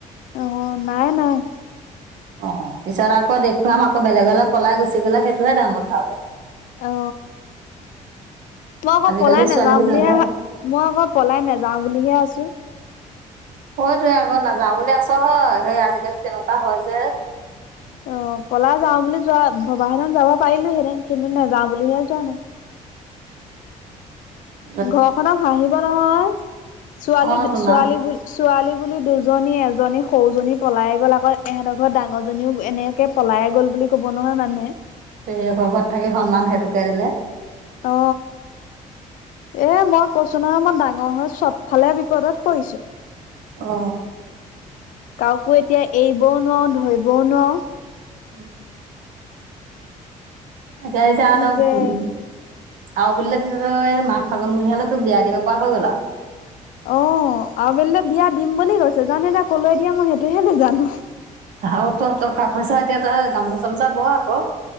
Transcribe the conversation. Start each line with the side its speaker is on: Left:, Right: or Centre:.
Left: ওহোঁ নাই নাই।
Right: অ পিছত আকৌ দেখুৱাম আকৌ বেলেগলে পলাই গুচি গলে সেইটোহে ডাঙৰ কথা হ'ব।
Left: অ মই আক
Right: আজিকালি
Left: পলাই নাযাওঁ
Right: ছোৱালীবোৰ
Left: বুলিহে
Right: তেনেকুৱাই
Left: ভা মই অক পলাই নাযাওঁ বুলিহে আছো।
Right: সেইটো আক নাযাওঁ বুলি আছ হয়, সেই আজিকালি তেনেকুৱা হয় যে।
Left: অ পলাই যাও বুলি যোৱা ভবাহেতেন যাব পাৰিলোহেতেন কিন্তু নেযাও বুলিহে যোৱা নাই।
Right: অ।
Left: ঘৰখনক হাঁহিব নহয়, ছোৱালী
Right: অ তোন
Left: ছোৱালী
Right: আৰু
Left: বু ছোৱালী বুলি দুজনী এজনী সৰুজনী পলাই গ'ল আকৌ এহঁতৰ ঘৰত ডাঙৰজনীও এনেকে - পলাইয়ে গ'ল বুলি ক'ব নহয় মানুহে।
Right: পেহিয়েকৰ ঘৰত থাকি সন্মান সেইটোকে দিলে।
Left: অঁ। এ মই কৈছো নহয় মই ডাঙৰ হৈ চবফালে বিপদত পৰিছো।
Right: অ।
Left: কাওকো এতিয়া এৰিবও নোৱাৰো ধৰিবও নোৱাৰো।
Right: <unintelligible> এতিয়া যেতিয়া
Left: কি
Right: এতক
Left: যে
Right: উম - আৰু বুলে তেতিয়া তই এই মাঘ ফাগনমহিয়ালে তোক বিয়া দিব পৰা হৈ গ'ল আও।
Left: অ আৰু বেলিলে বিয়া দিম বুলি কৈছে, জানো এতিয়া কলৈ দিয়া মই সেইটোহে নাজানো।
Right: আহ তহতক খা পইছা এতিয়া তই গামোচা চামোচা ব আকৌ।